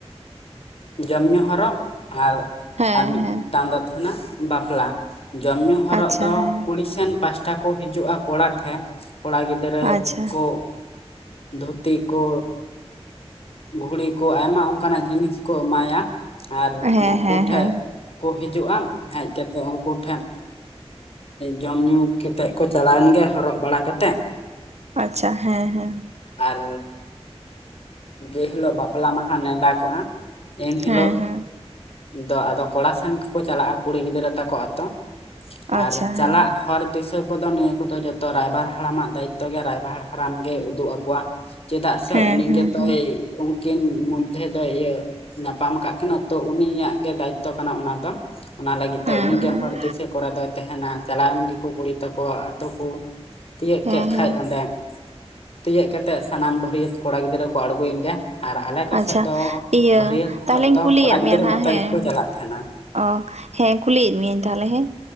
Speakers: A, on the left; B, on the right.
A: ᱡᱚᱢ ᱧᱩ ᱦᱚᱨᱚᱜ ᱟᱨ
B: ᱦᱮᱸ
A: ᱟᱨ ᱢᱤᱫᱴᱟᱝ
B: ᱦᱮᱸ
A: ᱫᱚ ᱛᱟᱦᱮᱱᱟ ᱵᱟᱯᱞᱟ ᱾ ᱡᱚᱢ ᱧᱩ ᱦᱚᱨᱚᱜ
B: ᱟᱪᱪᱷᱟ
A: ᱫᱚ
B: ᱦᱮᱸ
A: ᱠᱩᱲᱤ ᱥᱮᱱ ᱯᱟᱦᱴᱟ ᱠᱚ ᱦᱤᱡᱩᱜᱼᱟ ᱠᱚᱲᱟ ᱴᱷᱮᱱ ᱠᱚᱲᱟ ᱜᱤᱫᱽᱨᱟᱹᱼᱼ
B: ᱟᱪᱪᱷᱟ
A: ᱜᱤᱫᱽᱨᱟᱹ ᱠᱚ ᱫᱷᱩᱛᱤ ᱠᱚ ᱜᱷᱩᱲᱤᱼᱼ ᱟᱭᱢᱟ ᱚᱱᱠᱟᱱᱟᱜ ᱡᱤᱱᱤᱥ ᱠᱚ ᱮᱢᱟᱭᱟ ᱟᱨ
B: ᱦᱮᱸ ᱦᱮᱸ
A: ᱱᱩᱠᱩ
B: ᱦᱮᱸ
A: ᱴᱷᱮᱱᱼᱼ ᱠᱚ ᱦᱤᱡᱩᱜᱼᱟ ᱦᱮᱡ ᱠᱟᱛᱮᱫ ᱩᱱᱠᱩ ᱴᱷᱮᱱᱼᱼ ᱡᱚᱢ ᱧᱩ ᱠᱟᱛᱮᱫ ᱠᱚ ᱪᱟᱞᱟᱣᱮᱱ ᱜᱮ ᱦᱚᱨᱚᱜ ᱵᱟᱲᱟ ᱠᱟᱛᱮᱜ᱾
B: ᱟᱪᱪᱷᱟ ᱦᱮᱸ ᱦᱮᱸᱼᱼ
A: ᱟᱨ ᱡᱮ ᱦᱤᱞᱳᱜ ᱵᱟᱯᱞᱟ ᱢᱟᱦᱟ ᱱᱮᱰᱟ ᱠᱚᱜᱼᱟ ᱮᱱᱦᱤᱞᱳᱜ
B: ᱦᱮᱸ ᱦᱮᱸ
A: ᱫᱚ ᱟᱫᱚ ᱠᱚᱲᱟ ᱥᱮᱱ ᱜᱮᱠᱚ ᱪᱟᱞᱟᱜᱼᱟ ᱠᱩᱲᱤ ᱜᱤᱫᱽᱨᱟᱹ ᱛᱟᱠᱚ ᱟᱛᱳ
B: ᱟᱪᱪᱷᱟ
A: ᱟᱨ ᱪᱟᱞᱟᱜ
B: ᱦᱮᱸ
A: ᱦᱚᱨ ᱫᱤᱥᱟᱹ ᱩᱱᱫᱚ ᱱᱤᱭᱟᱹ ᱠᱚᱫᱚ ᱡᱚᱛᱚ ᱨᱟᱭᱵᱟᱨ ᱦᱟᱲᱟᱢᱟᱜ ᱫᱟᱭᱤᱛᱛᱚ ᱜᱮ ᱨᱟᱭᱵᱟᱨ ᱦᱟᱲᱟᱢ ᱜᱮ ᱩᱫᱩᱜ ᱟᱠᱚᱣᱟ ᱪᱮᱫᱟᱜ ᱥᱮ
B: ᱦᱮᱸ
A: ᱩᱱᱤ
B: ᱦᱮᱸ
A: ᱜᱮᱛᱚᱭ
B: ᱦᱮᱸ
A: ᱩᱱᱠᱤᱱ ᱢᱚᱫᱽᱫᱷᱮ ᱫᱚᱭ ᱤᱭᱟᱹ ᱧᱟᱯᱟᱢ ᱟᱠᱟᱫ ᱠᱤᱱᱟ ᱛᱚᱼᱼ ᱩᱱᱤᱭᱟᱜ ᱜᱮ ᱫᱟᱭᱤᱛᱛᱚ ᱠᱟᱱᱟ ᱚᱱᱟ ᱫᱚ ᱚᱱᱟ ᱞᱟᱹᱜᱤᱫ ᱛᱮ
B: ᱦᱮᱸ
A: ᱩᱱᱤᱜᱮ
B: ᱦᱮᱸ
A: ᱦᱚᱲ ᱫᱤᱥᱟᱹ ᱠᱚᱨᱮ ᱫᱚᱭ ᱛᱟᱦᱮᱱᱟ᱾ ᱪᱟᱞᱟᱣᱮᱱ ᱜᱮᱠᱚ ᱠᱩᱲᱤ ᱛᱟᱠᱚ ᱟᱛᱳ ᱠᱚ ᱛᱤᱭᱳᱜ ᱠᱮᱫ
B: ᱦᱮᱸ
A: ᱠᱷᱟᱡ
B: ᱦᱮᱸ
A: ᱚᱸᱰᱮ ᱛᱤᱭᱳᱜ ᱠᱟᱛᱮᱜ ᱥᱟᱱᱟᱢ ᱵᱷᱟᱹᱨᱭᱟᱹᱛ ᱠᱚᱲᱟ ᱜᱤᱫᱽᱨᱟᱹ ᱠᱚ ᱟᱬᱜᱩᱭᱮᱱ ᱜᱮᱭᱟ ᱟᱨ ᱟᱞᱮ ᱠᱚ
B: ᱟᱪᱪᱷᱟ
A: ᱥᱮᱫ ᱫᱚ
B: ᱤᱭᱟᱹ
A: ᱵᱟᱹᱨᱭᱟᱹᱛᱚᱜ
B: ᱛᱟᱦᱚᱞᱮᱧ
A: ᱫᱚ
B: ᱠᱩᱞᱤᱭᱮᱫ
A: ᱠᱚᱲᱟ ᱜᱤᱫᱽᱨᱟᱹ
B: ᱢᱮᱭᱟ ᱱᱟᱜ
A: ᱢᱚᱛᱚ
B: ᱦᱮᱸ
A: ᱜᱮᱠᱚ ᱪᱟᱞᱟᱜ ᱛᱟᱦᱮᱱᱟ᱾
B: ᱚ ᱦᱮᱸ ᱠᱩᱞᱤᱭᱮᱫ ᱢᱤᱭᱟᱹᱧ ᱛᱟᱦᱚᱞᱮ ᱦᱮᱸ